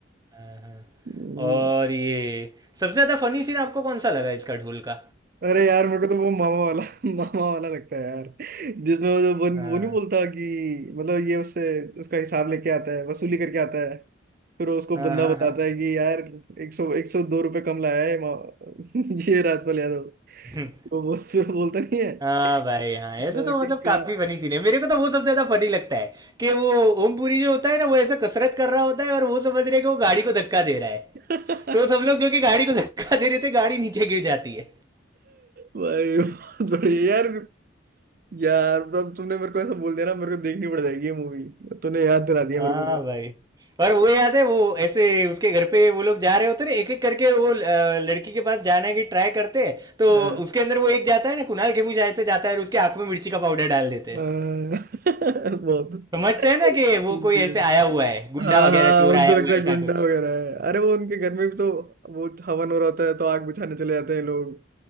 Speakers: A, on the right; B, on the right.
A: हाँ हाँ
B: वो-
A: और ये सबसे ज्यादा फनी सीन आपको कौन सा लगा इसका ढोल का
B: अरे यार मेरे को तो वो मामा वाला <laughs> मामा वाला लगता है यार जिसमें वो जो वो,
A: हाँ
B: वो नहीं बोलता कि मतलब ये उससे उसका हिसाब लेके आता है वसूली करके आता है फिर वो उसको
A: हाँ
B: बंदा
A: हाँ
B: बताता
A: हाँ
B: है कि यार एक सौ एक सौ दो रुपये कम लाया है मा- <laughs> ये राजपाल यादव
A: हम्म,
B: तो वो फिर वो बोलता नहीं है
A: हाँ भाई हाँ
B: अ,
A: ऐसे तो
B: कि
A: मतलब काफी
B: का
A: फनी सीन है मेरे को तो वो सबसे ज्यादा फनी लगता है कि वो ओमपुरी जो होता है ना वो ऐसे कसरत कर रहा होता है और वो समझ रहे हैं कि वो गाड़ी को धक्का दे रहा है
B: <laughs>
A: तो सब लोग जो कि गाड़ी को धक्का दे रहे थे गाड़ी नीचे गिर जाती है
B: भाई बहुत बढ़िया यार यार अब तुमने मेरे को ऐसा बोल दिया ना मेरे को देखनी पड़ जाएगी ये मूवी तूने याद दिला दिया
A: हाँ
B: मेरे को पूरी
A: भाई और वो याद है वो ऐसे उसके घर पे वो लोग जा रहे होते ना एक एक करके वो अ, लड़की के पास जाने की ट्राई करते हैं तो
B: हाँ
A: उसके अंदर वो एक जाता है ना कुणाल खेमू शायद से जाता है और उसके आंख में मिर्ची का पाउडर डाल देते हैं
B: हाँ, <laughs> बहुत
A: समझते हैं ना कि वो
B: ये।
A: कोई ऐसे आया हुआ है गुंडा
B: हाँ
A: वगैरह
B: हाँ
A: चोर
B: उनको
A: आया
B: लगता
A: हुआ
B: है
A: है ऐसा
B: गुंडा
A: कुछ
B: वगैरह है अरे वो उनके घर में भी तो वो हवन हो रहा होता है तो आग बुझाने चले जाते हैं लोग